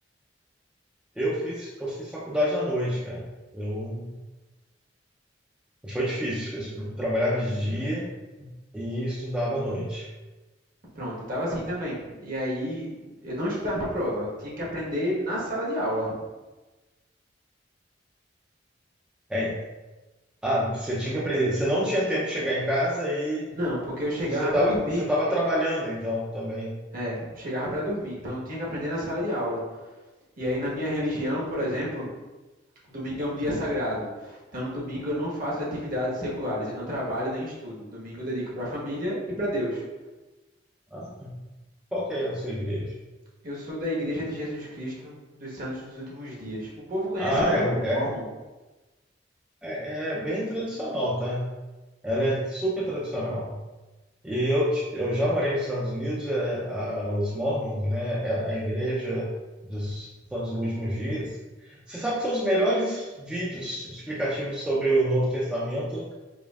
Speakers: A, in the centre; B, on the right.
A: Eu fiz, eu fiz faculdade à noite, cara. Eu, foi difícil. Eu estu- trabalhava de dia e estudava à noite.
B: Pronto, eu tava assim também. E aí, eu não estudava pra prova, eu tinha que aprender na sala de aula.
A: É, ah, você tinha que aprender. Você não tinha tempo de chegar em casa e
B: Não, porque eu chegava
A: você estava
B: para dormir.
A: você tava trabalhando então também.
B: É, eu chegava para dormir, então eu tinha que aprender na sala de aula. E aí, na minha religião, por exemplo, Domingo é um dia sagrado. Então, no domingo eu não faço atividades seculares, eu não trabalho nem estudo. Domingo eu dedico para a família e para Deus.
A: Ah, qual que é a sua igreja?
B: Eu sou da Igreja de Jesus Cristo dos Santos dos Últimos Dias. O povo conhece
A: Ah,
B: como
A: é,
B: Mormon.
A: é, é é bem tradicional, tá? Ela é super tradicional. E eu, t- eu já morei nos Estados Unidos, é, a, os Mormons, né, é a igreja dos Santos dos Últimos Dias. Você sabe que são os melhores vídeos explicativos sobre o Novo Testamento